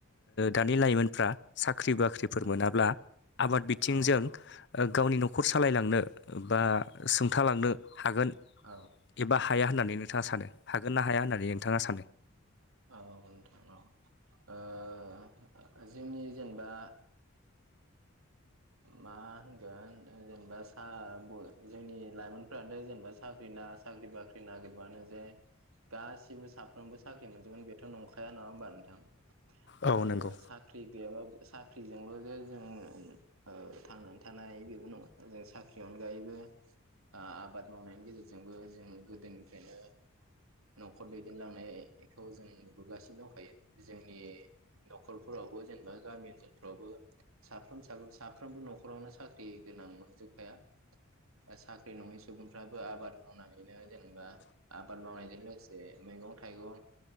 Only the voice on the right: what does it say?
औ
औ
औ
औ नोंथां औ ओ जोंनि जेनेबा मा होनगोन जेनेबा सार जोंनि लाइमोनफोरथ' जेनेबा साख्रि ना साख्रि बाख्रि नागिरबानो जे गासिबो साफ्रोमबो साख्रि मोनजोबगोन बेथ' न खाया नङा होमबा नोंथां
ओ
सा ख्रि गैयाब्ला साख्रिजोंल' जे जों ओ थांनानै थानायानो बेबो नङा जों साख्रिनि अनगायैबो ओ आबाद मावनायनि गेजेरजोंबो जों गोदोनिफ्रायनो न'खर दैदेनलांनायखौ जों नुबोगासिनो दंखायो जोंनि न'खरफोरावबो जेनेबा गामि ओनसोलफोरावबो साफ्रोम साफोन साफ्रोमबो न'खरावनो साख्रि गोनां नंजोबखाया। ओ साख्रि नङि सुबुंफ्राबो आबाद मावनानैनो जेनेबा आबाद मावनायजों लोगोसे मैगं-थाइगं